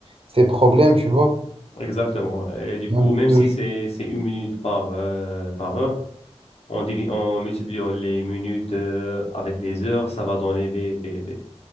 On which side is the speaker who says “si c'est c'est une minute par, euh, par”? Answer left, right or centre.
Left